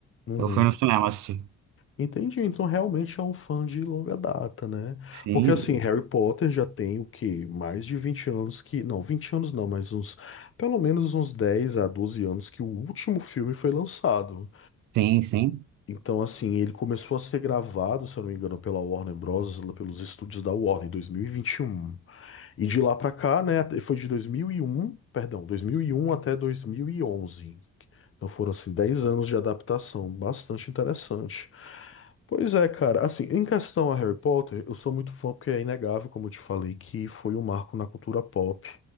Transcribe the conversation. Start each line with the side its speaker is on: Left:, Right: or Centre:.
Left: Uhum.
Right: eu fui no cinema assistir.
Left: Entendi. Então realmente é um fã de longa data, né?
Right: Sim,
Left: Porque assim, Harry Potter já tem o quê? Mais de 20 anos que. Não, 20 anos não, mas uns. Pelo menos uns 10 a 12 anos que o último filme foi lançado.
Right: sim, sim.
Left: Então, assim, ele começou a ser gravado, se eu não me engano, pela Warner Bros., lá pelos estúdios da Warner, em dois mil E vinte e E um. E de lá pra cá, né? Foi de 2001, perdão, 2001 até 2011. Então foram assim 10 anos de adaptação, bastante interessante. Pois é, cara, assim, em questão a Harry Potter, eu sou muito fã porque é inegável, como eu te falei, que foi um marco na cultura pop.